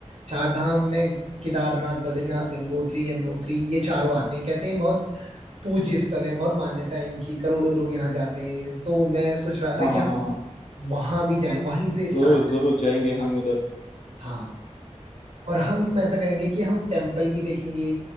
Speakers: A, on the right; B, on the left.
A: चार धाम में केदारनाथ बद्रीनाथ गंगोत्री यमुनोत्री ये चारों आते हैं कहते हैं बहुत पूज्य स्थल है बहुत मान्यता है इनकी करोड़ों लोग यहाँ जाते हैं तो मैं सोच रहा
B: हाँ
A: था कि
B: हाँ
A: हम
B: हाँ हाँ हाँ।
A: वहां भी जाएं वहीं से स्टार्ट
B: जरूर
A: करें
B: जरूर जाएंगे हम उधर
A: हाँ और हम इसमें ऐसा करेंगे कि हम टेम्पल भी देखेंगे